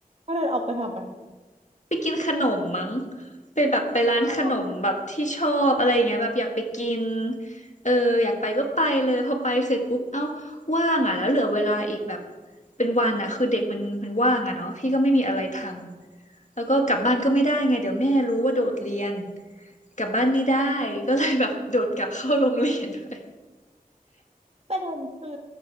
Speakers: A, on the right; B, on the left.
A: ก็เลยออกไปทำไม
B: ไปกินขนมมั้งไปแบบไปร้านขนมแบบที่ชอบอะไรอย่างเงี้ยแบบอยากไปกิน
A: อ๋อ
B: เอออยากไปก็ไปเลยพอไปเสร็จปุ๊บเอ้าว่างอ่ะแล้วเหลือเวลาอีกแบบเป็นวันอ่ะคือเด็กมันมันว่างอ่ะเนาะพี่ก็ไม่มีอะไรทำ แล้วก็กลับบ้านก็ไม่ได้ไงเดี๋ยวแม่รู้ว่าโดดเรียนกลับบ้านไม่ได้ก็เลยแบบโดดกลับเข้าโรงเรียนไป
A: ประเด็นคือ